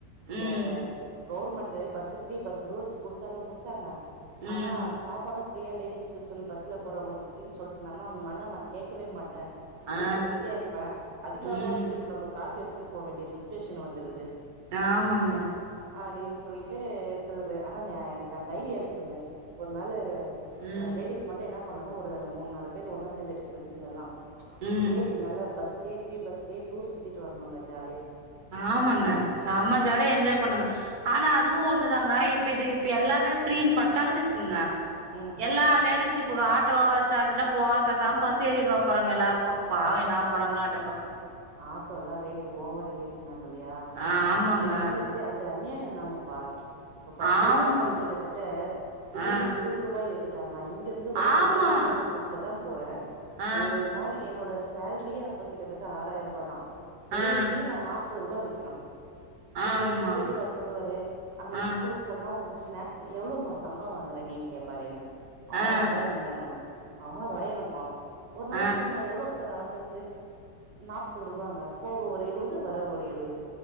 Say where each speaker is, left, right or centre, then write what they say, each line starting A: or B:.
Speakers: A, on the right; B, on the right.
A: இந்த
B: ம்
A: government bus free bus rules குடுத்தாலு குடுத்தாங்க
B: ம்
A: அனா சாப்பாடு ஃப்ரீயா லேடிஸ்க்ன் சொல்லி பஸ்ல போறவுங்களுக்கு ஃப்ரீன் சொல்ட்ருந்தாங்னா உங் மேலனா கேக்கவே மாட்ட
B: ஆ
A: ஏறி பொய்ட்டே இருப்ப அதுக்காகவாது
B: ம்
A: சேப்பு நம்ப காசு எட்த்துரு போ வேண்டிய சுச்சுவேஷன் வந்துருது
B: ஆமாங்க
A: அடின்னு சொல்லிட்டு இர்க்குறது அதான் ய எனக் த அந் ஐடியா இருக்குதுங்க ஒர் நாளு
B: ம்
A: அ லேடிஸ் மட்டு என்னா பண்ணனு ஒரு மூன் நாலு பேர் ஒன்னா சேந்துட்டு ஃப்ரெண்ட்ஸுங் எல்லா
B: ம் ம்
A: ஏரி நல்லா பஸ்லயே ஃப்ரீ பஸ்லயே டூர் சுத்திட்டு வரனுங்க ஜாலியா
B: ஆமாங்க செம ஜாலியா என்ஜாய் பண்ணுங்க ஆனா அதுவு ஒண்ணுதாங்க இப்ப இது இப்ப எல்லாமே ஃப்ரீனு பன்ட்டாங்க வச்சுக்கோங்க
A: ம்
B: எல்லா லேடிஸு இப்போ ஆட்டோ சார்ஜ்லா போகாத பேசாம பஸ் ஏறிடுட போறாங்க எல்லாருக்கு பாவ என்னா ஆக போறாங்களா ஆட்டோ பச
A: ஆட்டோ ல்லா ரேட் ஓவர்ரா ஏத்துனாங்கல்லயா
B: ஆ ஆமாங்க
A: அது முன்ன இருந்தே அது அநியாய தான ப்பா இப்ப பத்து
B: ஆமாப்பா
A: ரூபான்றது கிட்டத்தட்ட திடீர்னு
B: ஆ
A: இருபது ரூபாய் ஏத்திட்டாங்கன்னா இங்க இருந்து ஒரே
B: ஆமா
A: ஒன்பது கிலோ மீட் க்குள்ள தா போற
B: ஆ
A: ஒரு நாள் என்னோட சேல்ரியே அப்ப கிட்டத்தட்ட ஆறாயிரூபா தா டெய்லி
B: ஆ
A: நா நாற்பரூபா வைக்கணு
B: ஆமா
A: இதுல எங்க வீட்டுக்கார் சொல்லுவாரு அங்க
B: ஆ
A: ஸ்கூலுக்கு போனா உனக்கு ஸ்னாக்ஸ் எவ்ளோ மா சம்பள வாங்கற நீன்னு கேப்பாரு என்ன
B: ஆ
A: ஆறாய்ரங்கனுவ ஆறாயிரமா ஒரு நாளைக்கு
B: ஆ
A: உனக்கு நா எவ்ளக்கு தர ஆட்டோக் இது நாப்பது ரூபாங்க போக ஒரு இருவது வர ஒரு இருவது